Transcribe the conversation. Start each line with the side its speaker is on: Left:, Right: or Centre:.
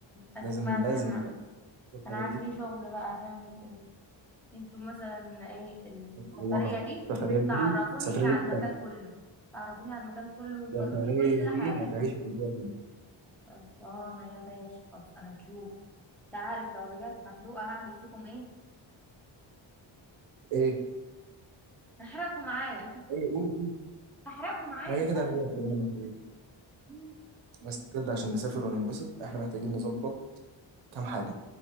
Centre: بس
Right: لازم
Centre: ما كان
Right: لازم الحاجات
Centre: انا عندي
Right: دي
Centre: شغل بقى هنعمل ايه انتوا مثلا ايه السفرية
Right: تعوضها
Centre: دي
Right: السفرية دي
Centre: تعرفوني
Right: السفرية
Centre: على
Right: دي بتاعتك
Centre: المكان كله تعرفوني على المكان كله وتوروني
Right: السفرية
Centre: كل
Right: دي
Centre: حاجة
Right: هتعيش الأجواء جامدة
Centre: خلصانة يا باشا خلص هنشوف انت عارف لو رجعت محروقة هعمل فيكم ايه
Right: ايه
Centre: هحرقكم معايا
Right: ايه قول
Centre: هحرقكم معايا
Right: احنا كده
Centre: سهلة
Right: كده هنبقى كلنا مهووسين
Centre: مم.
Right: بس بجد عشان نسافر وننبسط احنا محتاجين نظبط كام حاجة